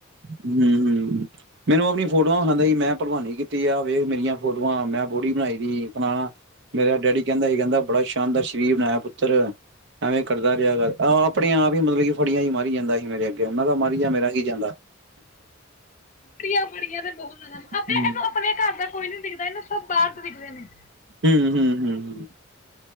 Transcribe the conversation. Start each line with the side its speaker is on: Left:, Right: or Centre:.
Right: ਹੂ ਹੂ ਮੈਨੂੰ ਆਪਣੀ ਫੋਟੋਆਂ ਖਾਂਦਾ ਸੀ ਮੈਂ ਭਰਵਾਨੀ ਕੀਤੀ ਆ ਵੇਖ ਮੇਰੀਆਂ ਫੋਟੋਆਂ ਮੈਂ ਬੋੜੀ ਬਣਾਈ ਦੀ ਆਪਣਾ ਮੇਰਾ ਡੈਡੀ ਕਹਿੰਦਾ ਸੀ ਕਹਿੰਦਾ ਬੜਾ ਸ਼ਾਨਦਾਰ ਸ਼ਰੀਰ ਬਣਾਇਆ ਪੁੱਤਰ ਐਵੇਂ ਕਰਦਾ ਰਿਹਾ ਗੱਲ ਆਪਣੇ ਆਪ ਮਤਲਬ ਕੀ ਫੜੀਆਂ ਮਾਰ ਪੀ ਜਾਂਦਾ ਸੀ ਮੇਰੇ ਅੱਗੇ ਉਹਨਾਂ ਦਾ, ਮਾਰੀ ਜਾ ਮੇਰਾ ਹੀ ਜਾਂਦਾ
Left: ਬੜੀਆਂ ਬੜੀਆਂ ਤੇ ਬਹੁਤ
Right: ਹੂੰ-ਹੂੰ-ਹੂੰ-ਹੂੰ
Left: ਆਪ ਇਹਨੂੰ ਆਪਣੇ ਘਰ ਦਾ ਕੋਈ ਨੀ ਦਿਖਦਾ ਇਹਨੂੰ ਸਬ ਬਾਹਰ ਤੋਂ ਦਿਖਦੇ ਨੇ
Right: ਹੂ ਹੂ ਹੂ ਹੂ